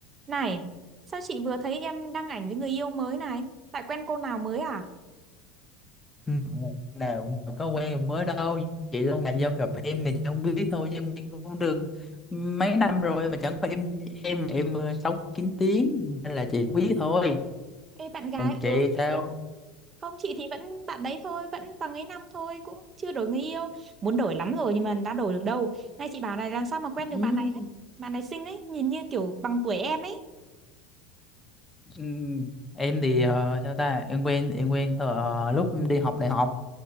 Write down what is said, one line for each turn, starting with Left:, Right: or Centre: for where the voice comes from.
Right: Này, sao chị vừa thấy em đăng ảnh với người yêu mới này? Tại quen cô nào mới à?
Left: Ừ, nào nào có quen mới đâu chị lâu ngày giao gặp em thì chị không biết thôi chứ em cũng được mấy năm rồi mà chẳng qua em em em ờ, sống kín tiếng nên là chị biết thôi
Right: Ê bạn gái,
Left: còn chị
Right: ừ,
Left: sao
Right: thế à? không chị thì vẫn bạn đấy thôi, vẫn bằng ấy năm thôi, cũng chưa đổi người yêu. Muốn đổi lắm rồi nhưng mà đã đổi được đâu. Nay chị bảo này làm sao mà quen được
Left: Ừ.
Right: bạn này đấy. Bạn này xinh ấy, nhìn như kiểu bằng tuổi em ấy.
Left: ừ, em thì ờ, sao ta em quen em quen thờ, ờ, lúc em đi học đại học